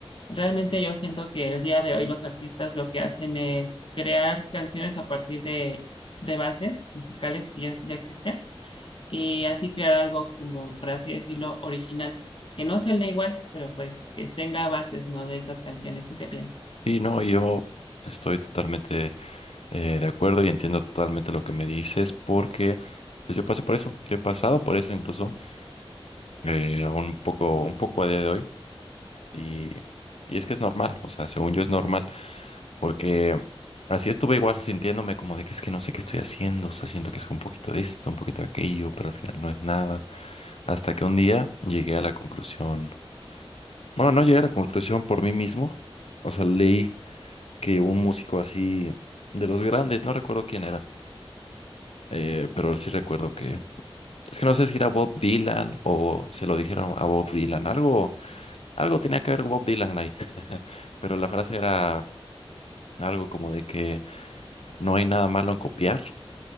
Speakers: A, on the left; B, on the left.
A: Realmente yo siento que el día de hoy los artistas lo que hacen es crear canciones a partir de, de bases musicales que ya, ya existen y así crear algo como, por así decirlo, original, que no suene igual, pero pues que tenga bases, ¿no? De esas canciones. ¿Tú qué piensas?
B: sí, no, yo estoy totalmente eh, de acuerdo y entiendo totalmente lo que me dices porque, pues yo pasé por eso, yo he pasado por eso incluso, eh, un poco, un poco a día de hoy. Y, y es que es normal, o sea, según yo es normal, porque así estuve igual sintiéndome como de que es que no sé qué estoy haciendo, o sea, siento que es un poquito de esto, un poquito de aquello, pero al final no es nada. Hasta que un día llegué a la conclusión, bueno, no llegué a la conclusión por mí mismo, o sea, leí que un músico así de los grandes, no recuerdo quién era, eh, pero sí recuerdo que, es que no sé si era Bob Dylan o se lo dijeron a Bob Dylan, algo, algo tenía que ver Bob Dylan ahí, pero la frase era... Algo como de que no hay nada malo en copiar